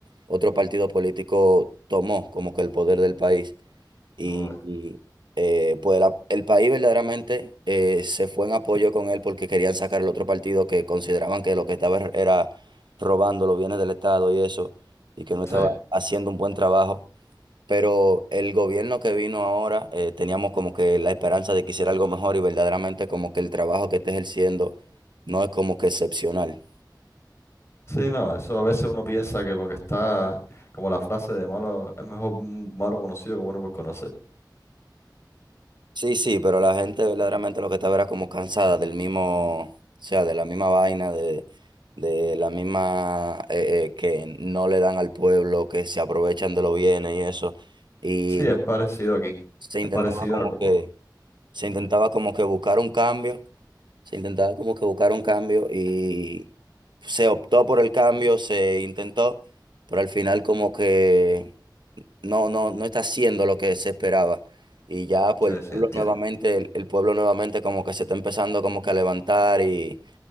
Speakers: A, on the right; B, on the left.
A: otro partido político tomó como que el poder del país y,
B: Oh, eh,
A: y, eh, pues la- el país verdaderamente eh, se fue en apoyo con él porque querían sacar el otro partido que consideraban que lo que estaba er- era robando los bienes del Estado y eso, y que no
B: Sí.
A: estaba haciendo un buen trabajo. Pero el gobierno que vino ahora, eh, teníamos como que la esperanza de que hiciera algo mejor y verdaderamente como que el trabajo que está ejerciendo no es como que excepcional.
B: Sí, no, eso a veces uno piensa que lo que está, como la frase de malo, es mejor un malo conocido que bueno por conocer.
A: Sí, sí, pero la gente verdaderamente lo que estaba era como cansada del mismo, o sea, de la misma vaina, de, de la misma eh, eh, que no le dan al pueblo, que se aprovechan de los bienes y eso. Y
B: Sí, es parecido aquí.
A: se
B: Es
A: intentaba
B: parecido
A: como
B: a Cuba.
A: que, se intentaba como que buscar un cambio, se intentaba como que buscar un cambio y se optó por el cambio, se intentó, pero al final como que no, no, no está haciendo lo que se esperaba. Y ya pues
B: Sí,
A: el
B: sí,
A: pueblo
B: entiendo.
A: nuevamente, el, el pueblo nuevamente como que se está empezando como que a levantar y